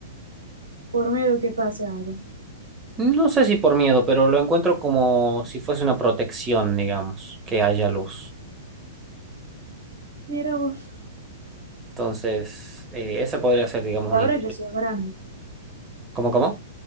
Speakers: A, on the right; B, on the right.
A: por miedo que pase algo.
B: No sé si por miedo, pero lo encuentro como si fuese una protección, digamos, que haya luz.
A: Mira vos,
B: Entonces, eh, esa podría ser, digamos,
A: y
B: una...
A: ahora
B: historia.
A: ya soy grande,
B: ¿Cómo, cómo?